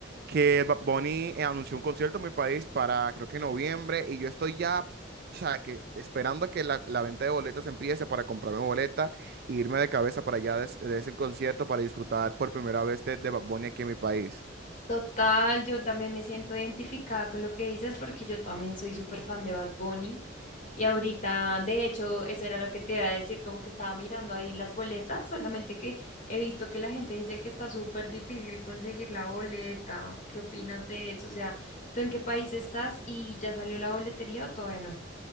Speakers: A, on the right; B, on the left.
A: que Bad Bunny eh, anunció un concierto en mi país para, creo que noviembre, y yo estoy ya... O sea, que esperando a que la, la venta de boletas empiece para comprarme boletas e irme de cabeza para allá des- de, ese concierto para disfrutar por primera vez de, de Bad Bunny aquí en mi país.
B: Total, yo también me siento identificada con lo que dices porque yo también soy súper fan de Bad Bunny y ahorita, de hecho, eso era lo que te iba a decir, como que estaba mirando ahí las boletas, solamente que he visto que la gente dice que está súper difícil conseguir la boleta. ¿Qué opinas de eso? O sea, ¿tú en qué país estás y ya salió la boletería o todavía no?